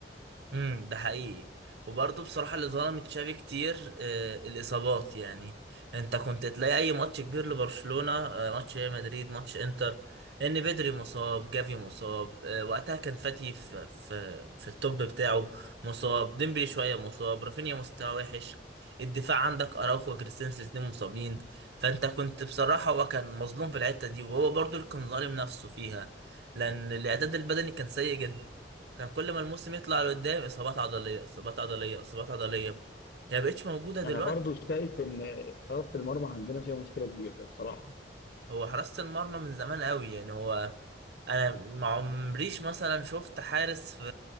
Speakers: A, on the right; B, on the left.
A: امم ده حقيقي وبرضه بصراحة اللي ظلم تشافي كتير آه الإصابات يعني أنت كنت تلاقي أي ماتش كبير لبرشلونة آه ماتش ريال مدريد ماتش إنتر إن بدري مصاب جافي مصاب آه وقتها كان فاتي في في في التوب بتاعه مصاب ديمبلي شوية مصاب رافينيا مستواه وحش الدفاع عندك أراوخو وكريستنسن الاتنين مصابين فأنت كنت بصراحة هو كان مظلوم في الحتة دي وهو برضه اللي كان ظالم نفسه فيها لأن الإعداد البدني كان سيء جدا كان كل ما الموسم يطلع لقدام اصابات عضليه اصابات عضليه اصابات عضليه هي مبقتش موجوده دلوقتي
B: انا برضو شايف ان حراسة المرمى عندنا فيها مشكلة كبيرة بصراحة
A: هو حراسه المرمى من زمان قوي يعني هو انا ما عمريش مثلا شفت حارس في